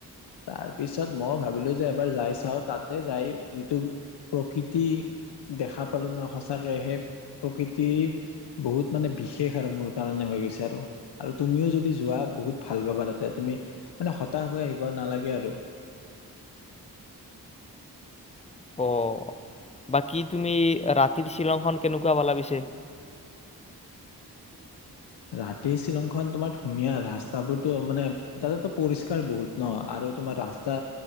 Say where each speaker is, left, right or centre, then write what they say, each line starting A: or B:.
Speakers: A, on the left (about 90°); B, on the left (about 15°).
A: তাৰপিছত মইও ভাবিলো যে এবাৰ যাই চাওঁ তাতে যাই যিটো প্ৰকৃতি দেখা। পালো ন সঁচাকে সেই প্ৰকৃতি বহুত মানে বিশেষ আৰু মোৰ কাৰণে হৈ গৈছে আৰু আৰু তুমিও যদি যোৱা বহুত ভাল পাবা তাতে তুমি মানে হতাশ হৈ আহিব নালাগে আৰু।
B: অ' বাকী তুমি ৰাতিৰ শ্বিলংখন কেনেকুৱা পালা পিছে?
A: ৰাতিৰ শ্বিলংখন তোমাৰ ধুনীয়া ৰাস্তাবোৰতো মানে তাতে তু পৰিষ্কাৰ বহুত ন আৰু তোমাৰ ৰাস্তা